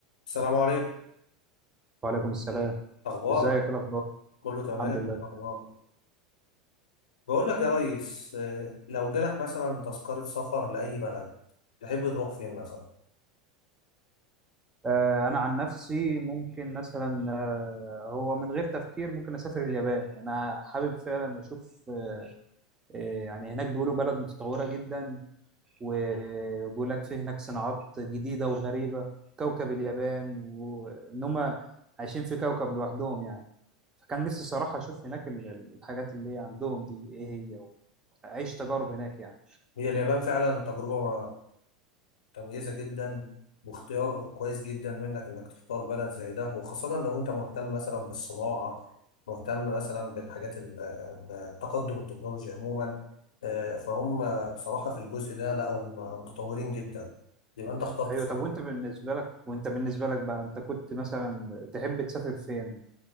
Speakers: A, on the left; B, on the right.
A: السلام عليكم
B: وعليكم السلام
A: اخبارك
B: ازيك ايه الاخبار
A: كله تمام
B: الحمد لله
A: اخبارك بقول لك يا ريس آه، لو جالك مثلا تذكرة سفر لأي بلد تحب تروح فين مثلا
B: آه انا عن نفسي ممكن مثلا آه هو من غير تفكير ممكن اسافر اليابان انا حابب فعلا اشوف آه آه يعني هناك بيقولوا بلد متطورة جدا وبيقول لك في هناك صناعات جديدة وغريبة كوكب اليابان وان هم عايشين في كوكب لوحدهم يعني فكان نفسي صراحة اشوف هناك ال- ال- الحاجات اللي عندهم دي ايه هي واعيش تجارب هناك يعني
A: هي اليابان فعلا تجربة متميزة جدا واختيار كويس جدا منك انك تختار بلد زي ده وخاصة لو انت مهتم مثلا بالصناعة مهتم مثلا بالحاجات ال- آه، تقدم التكنولوجيا عموما آه، فهم بصراحة في الجزء ده لا هم متطورين جدا يبقى انت اخترت
B: ايوه
A: صح
B: طب وانت بالنسبه لك وانت بالنسبه لك بقى انت كنت مثلا تحب تسافر فين